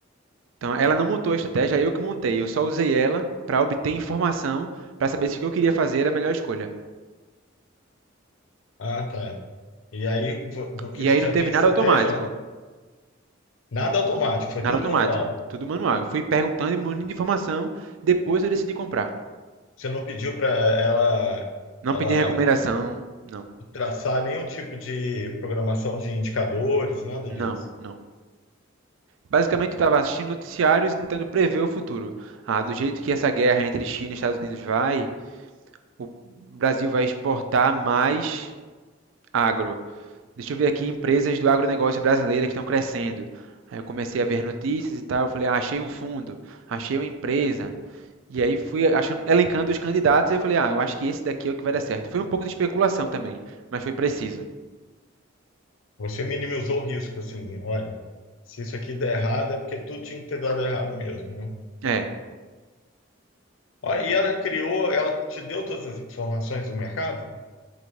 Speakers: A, on the right (about 75°); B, on the left (about 85°).
A: Então ela não montou a estratégia, eu que montei. Eu só usei ela para obter informação para saber se o que eu queria fazer era a melhor escolha.
B: Ah, tá. E aí, vo- porque
A: E
B: você
A: aí
B: já
A: não teve
B: tinha estratégia,
A: nada automático,
B: nada automático, foi
A: nada
B: tudo
A: automático,
B: manual.
A: tudo manual. Eu fui perguntando e munindo de informação, depois eu decidi comprar.
B: Você não pediu para ela,
A: Não
B: ela
A: pedi recomendação, não,
B: traçar nenhum tipo de programação de indicadores, nada
A: não,
B: disso.
A: não. Basicamente, eu estava assistindo noticiários e tentando prever o futuro. Ah, do jeito que essa guerra entre China e Estados Unidos vai, o Brasil vai exportar mais agro. Deixa eu ver aqui empresas do agronegócio brasileira que estão crescendo. Aí eu comecei a ver notícias e tal. Eu falei, ah, achei um fundo, achei uma empresa. E aí fui achando, elencando os candidatos e eu falei, ah, eu acho que esse daqui é o que vai dar certo. Foi um pouco de especulação também, mas foi preciso.
B: Você minimizou o risco, assim, olha, se isso aqui der errado, é porque tudo tinha que ter dado errado mesmo, né?
A: É.
B: Ó, E ela criou, ela te deu todas as informações do mercado?